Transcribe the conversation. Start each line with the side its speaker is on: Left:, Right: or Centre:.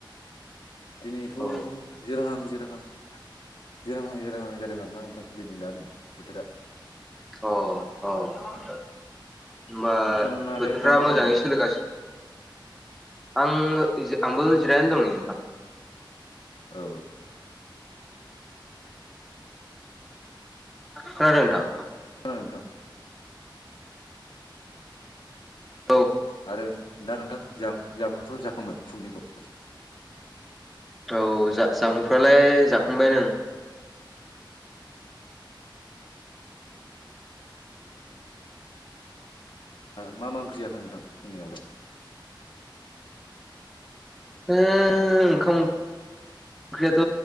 Left: दिनैथ'
Centre: अ
Left: जिरांहां जिरहां जिरांहां जिरांहां जादों आर ना नोंथां दिनै दा नै बोथोरा
Centre: अ औ होनबा
Left: नोंथाङालाय
Centre: बोथोरफ्रा
Left: दा मा
Centre: मोजाङै
Left: खालामदों
Centre: सोलिगासिनो आं आंबो जिरायनो दं नै नोंथां।
Left: औ
Centre: खोनादों नोंथां
Left: नोंथां
Centre: औ
Left: आरो दा नोंथां जामुंफोर जाखांबाय फुंनिखौ
Centre: औ जा-जामुंफ्रालाय जाखांबाय ओं।
Left: मा मा ओंख्रि जाखो नोंथां फुंनियावलाय?
Centre: ओ ओंखाम ओंख्रियाथ'